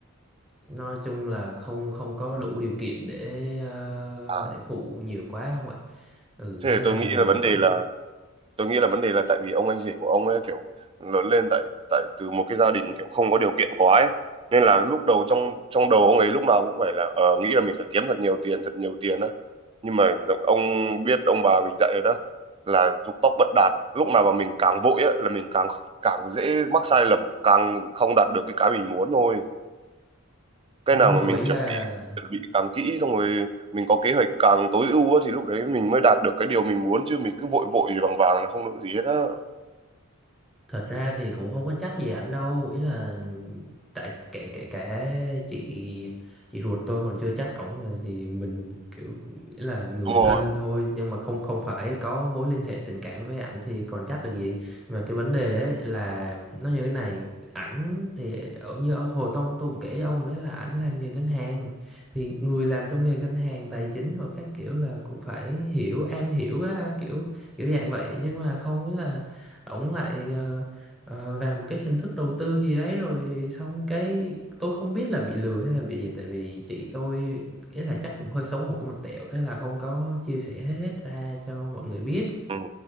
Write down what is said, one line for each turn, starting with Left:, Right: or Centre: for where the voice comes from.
Centre: nói chung là không không có đủ điều kiện để ờ,
Right: à
Centre: để phụ nhiều quá không ạ ừ
Right: thế
Centre: thế
Right: thì
Centre: là
Right: tôi nghĩ
Centre: mình
Right: là vấn
Centre: cũng
Right: đề là tôi nghĩ là vấn đề là tại vì ông anh rể của ông ấy kiểu lớn lên tại tại từ một cái gia đình kiểu không có điều kiện quá ấy nên là lúc đầu trong trong đầu ông ấy lúc nào cũng phải là ờ, nghĩ là mình phải kiếm thật nhiều tiền thật nhiều tiền á nhưng mà giọng- ông biết ông bà mình dạy rồi đó là dục tốc bất đạt lúc nào mà mình càng vội á là mình càng càng dễ mắc sai lầm càng không đạt được cái cái mình muốn thôi cái
Centre: đúng
Right: nào
Centre: rồi
Right: mà mình
Centre: ý
Right: chuẩn
Centre: là
Right: bị chuẩn bị càng kỹ xong rồi mình có kế hoạch càng tối ưu á, thì lúc đấy mình mới đạt được cái điều mình muốn chứ mình cứ vội vội vàng vàng là không được gì hết á
Centre: thật ra thì cũng không có trách gì ảnh đâu ý là tại kể kể cả chị chị ruột tôi còn chưa chắc ổng là thì mình kiểu nghĩ là người
Right: Đúng rồi.
Centre: thân thôi nhưng mà không không phải có mối liên hệ tình cảm với ảnh thì còn chắc được gì mà cái vấn đề ấy là nó như thế này ảnh thì ở như ông hồi tôi tôi cũng kể với ông hồi đấy là ảnh làm nghề ngân hàng thì người làm trong nghề ngân hàng tài chính rồi các kiểu là cũng phải hiểu am hiểu á, kiểu kiểu dạng vậy nhưng mà không biết là ổng lại ờ, Ờ, và một cái hình thức đầu tư gì đấy rồi xong cái tôi không biết là bị lừa hay là bị gì tại vì chị tôi ý là chắc cũng hơi xấu hổ một tẹo thế là không có chia sẻ hết ra cho mọi người biết
Right: Ừ.